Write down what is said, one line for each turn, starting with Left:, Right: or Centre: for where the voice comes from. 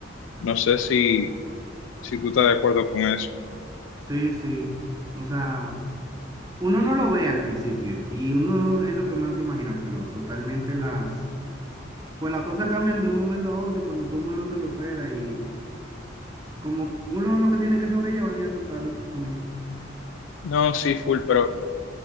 Left: No sé si, si tú estás de acuerdo con eso.
Right: Sí, sí. O sea, uno no lo ve al principio y uno es lo que menos se imagina, pero totalmente las... Pues las cosas cambian de un momento a otro y cuando tú menos te lo esperas y como uno lo que tiene que sobrellevar y aceptarlo también.
Left: No, sí, full, pero,